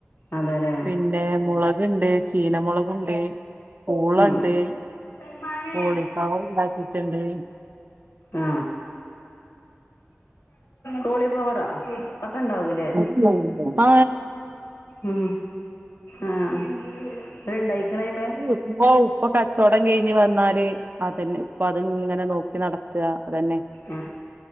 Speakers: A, on the left; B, on the right.
A: അതെല
B: പിന്നെ മുളക്ണ്ട്, ചീന മുളകുണ്ട്, പൂളണ്ട്,
A: ഉം സൽമാനെ
B: കോളിഫവർ ഇണ്ടാക്കിയിട്ടുണ്ട്
A: ആ കോളിഫ്ലവറോ ഒക്കെ ഇണ്ടാവൂല്ലേ?
B: <unintelligible> മാ
A: ഉ ആഹ് ണ്ടയിക്കണായിമെ.
B: ഉമ്മോ ഉപ്പൊ കചൊടം കഴിഞ്ഞ് വന്നാല്. അതന്നെ ഇപ്പൊ അത് ഇങ്ങനെ നോക്കി നടത്ത അതന്നെ
A: ആ